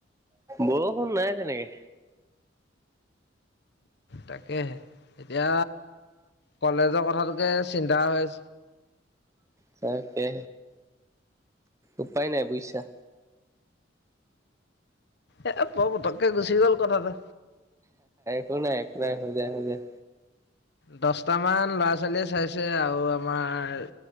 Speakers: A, on the right; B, on the left.
A: বৰষুণ নাই তেনেকে।
B: তাকে এতিয়া কলেজৰ কথাটোকে চিন্তা হৈ
A: তাকে উপায় নাই বুজিছা।
B: এ প পতককে গুচি গ'ল কথাটো।
A: শ নাই একো নাই হৈ যায় হৈ যায়।
B: দছটামান ল'ৰা ছোৱালীয়ে চাইছে আৰু আমাৰ